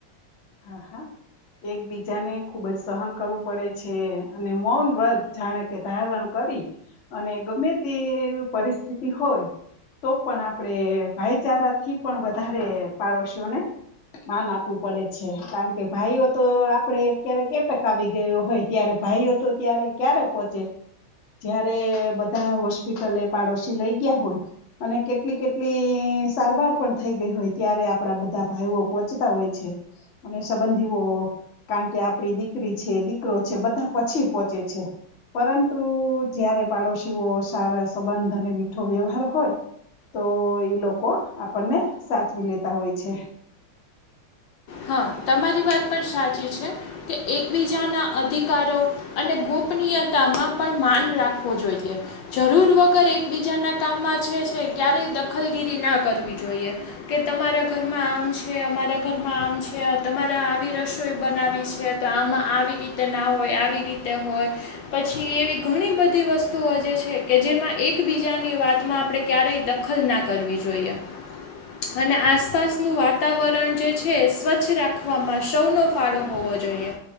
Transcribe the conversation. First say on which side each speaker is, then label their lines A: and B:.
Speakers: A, on the left; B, on the left.
A: હા હા એકબીજાને ખુબ જ સહન કરવું પડે છે અને મૌન વ્રત જાણે કે ધારણ કર અને ગમે તે પરિસ્થિતિ હોય તો પણ આપણે ભાઈચારાથી પણ વધારે પડોશીઓને માન આપવું પડે છે કારણ કે ભાઈઓતો આપડે ક્યારે કેટક આવી ગયો હોય ત્યારે ભાઈઓતો ત્યારે ક પોહોચે જયારે બધા હોસ્પિટલે પાડોશી લઈ ગયા હોય અને કેટલી કેટલી સારવાર પણ થઈ ગઈ હોય ત્યારે આપણા બધા ભાઈઓ પોહોંચતા હોય છે અને સંબંધીઓ કારણ કે આપડી દીકરી છે દીકરો છે બધા પછી પોહોંચે છે પરંતુ જયારે પાડોશીઓ સારા સંબંધ અને મીઠો વ્યવહાર હોય તો ઈ લોકો આપણને સાચવી લેતા હોય છે
B: હા તમારી વાત પણ સાચી છે કે એકબીજાના અધિકારો અને ગુપ્ત નિયતામાં પણ માન રાખવો જોઈએ જરૂર વગર એકબીજાના કામમાં છે ક્યારેય દખલગીરી ના કરવી જોઈએ કે તમારા ઘરમાં આમ છે અમારા ઘર આમ છે તમારે આવી રસોઈ બનાવી છે તો આમાં આવી રીતે ના હોય આવી રીતે હોય પછી એવી ઘણી બધી વસ્તુઓ જે છે કે જેમાં એકબીજાની વાતમાં આપણે ક્યારેય દખલ ના કરવી જોઈએ
A: <inaudible>
B: અને આસપાસનું વાતાવરણ જે છે છે સ્વચ્છ રાખવામાં સૌનો ફાળો હોવો જોઈએ